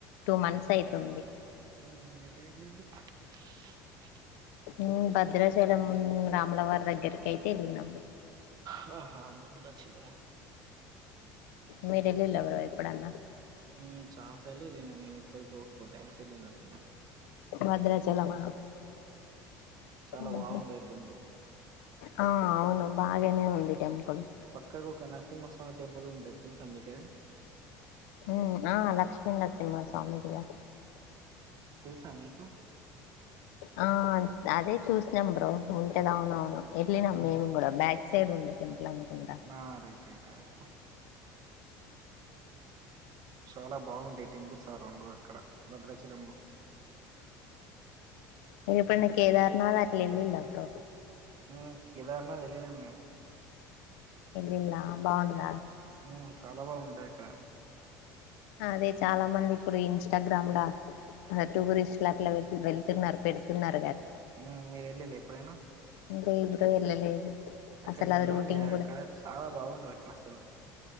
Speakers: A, on the left; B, on the right.
A: టూ మంత్స్ అయ్తుంది.
B: <unintelligible>
A: ఉమ్ భద్రాచలమ్ రా అమ్మలవారి దగ్గరకైతె యెళ్ళినం.
B: హాహ బద్రాచలమ.
A: మీరెల్లిల్లోగడ ఎప్పుడన్న.
B: ఉమ్ చాలా సార్లె యెళ్ళిన నేనిప్పటికో ఫోర్ టైమ్స్ వెళ్ళినట్టున్న.
A: భద్రాచలమా.
B: చాలా
A: ఆహా
B: బాగుండది టెంపుల్.
A: ఆ ఔను బాగనే ఉంది. టెంపుల్
B: పక్కకొకనస్ తుమ్మ సామి టెంపులుండె తెలుసా మీకది.
A: మ్మ్ ఆ లక్ష్మీ నరసింహస్వామిదిగా
B: తెల్సా మీకు.
A: ఆ అద్ అదే చూసినం బ్రో ఉంటాదా ఔనవ్ను. ఎట్లైనా
B: ఉమ్,
A: మేము గ్గుడా బ్యాక్ సైడుండె టెంపులనుకుంటా.
B: ఆ, రైట్ రైట్ అదే అదే. చాలా బాగుంటాయ్ టెంపూ సారౌండు అక్కడ భద్రాచలెంబు.
A: ఇదిప్పన్ను కేదార్నాదట్ లెళ్ళిల్ల బ్రొ
B: ఉమ్ కేదార్నాదెళ్ళినమ్ మేము
A: యెళ్ళిల్లా బాంద.
B: ఉమ్ చాలా బాగుంటదక్కడ.
A: అదే చాలా మందిప్పుడు ఇన్ష్టాగ్రామ్ల అ టూరిస్ట్ల్ అట్లవె వెళ్తున్నార్ పెడుతున్నార్.
B: ఉమ్ మీరెళ్ళలే ప్ప్ డైనా
A: లే బ్ర వెళ్ళలేదు
B: అక్కడికి
A: అసలు అది
B: వెళ్ళండి
A: రూటింగ్ కూడా
B: అక్కడ చాలా బాగుంటది అసలు